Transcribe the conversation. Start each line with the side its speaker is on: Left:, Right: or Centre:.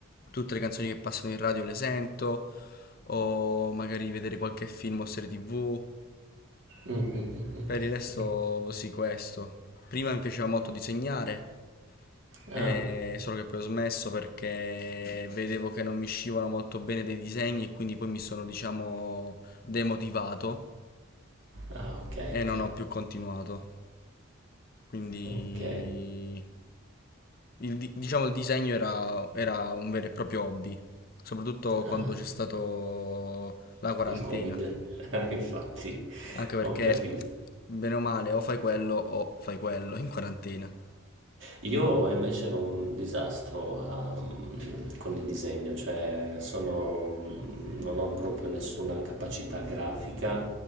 Left: tutte le canzoni che passano in radio le sento, o magari vedere qualche film o serie TV.
Right: Mm, mm, mm, mm,
Left: Per
Right: mm.
Left: il resto sì, questo. Prima mi piaceva molto disegnare,
Right: Ah,
Left: eh, solo che poi ho smesso perché vedevo che non mi uscivano molto bene dei disegni e quindi poi mi sono, diciamo, demotivato
Right: ah, ok,
Left: e
Right: ok,
Left: non ho più continuato. Quindi,
Right: ok.
Left: il, di- diciamo, il disegno era, era un vero e proprio hobby, soprattutto quando
Right: Ah,
Left: c'è stato la quarantena,
Right: il Covid, <laughs> infatti,
Left: anche perché,
Right: ho capito.
Left: bene o male, o fai quello o fai quello in quarantena.
Right: Io invece ero un disastro a- con il disegno, cioè sono- mm, non ho proprio nessuna capacità grafica